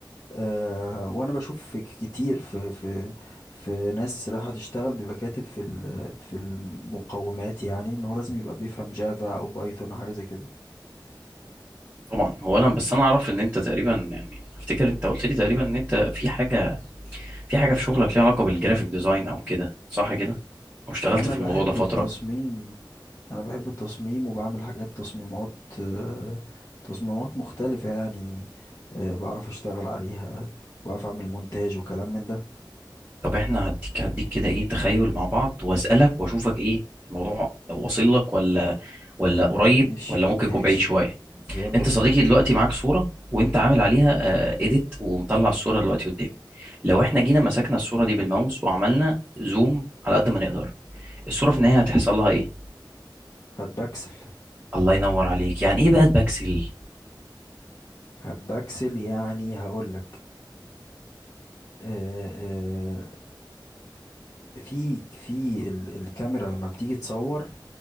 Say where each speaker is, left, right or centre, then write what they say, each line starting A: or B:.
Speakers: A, on the left (about 45°); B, on the right (about 20°).
A: أه وأنا بشوف في ك- كتير في في في ناس رايحة تشتغل بيبقى كاتب في ال- في المقومات يعني إن هو لازم يبقى بيفهم جافا أو بايثون أو حاجة زي كده
B: طبعا هو انا بس انا اعرف ان انت تقريبا يعني افتكر انت قلت لي تقريبا ان انت في حاجه في حاجه في شغلك ليها علاقه بالجرافيك ديزاين او كده صح كده او اشتغلت
A: أنا
B: في
A: بحب
B: الموضوع ده فتره
A: التصميم انا بحب التصميم وبعمل حاجات تصميمات آه، تصميمات مختلفة يعني آه، بعرف اشتغل عليها وبعرف اعمل مونتاج وكلام من ده
B: طب احنا هديك هديك كده ايه تخيل مع بعض واسالك واشوفك ايه الموضوع واصل لك ولا ولا قريب
A: ماشي
B: ولا ممكن
A: ماشي
B: يكون بعيد شويه
A: يلا
B: انت
A: بينا
B: صديقي دلوقتي معاك صوره وانت عامل عليها اديت ومطلع الصوره دلوقتي قدامي لو احنا جينا مسكنا الصوره دي بالماوس وعملنا زوم على قد ما نقدر الصوره في النهايه هتحصل لها ايه
A: هات بكسل
B: الله ينور عليك يعني ايه بقى باكسل
A: هات بكسل يعني هقولك آه، آه، في في ال- الكاميرا لما بتيجي تصور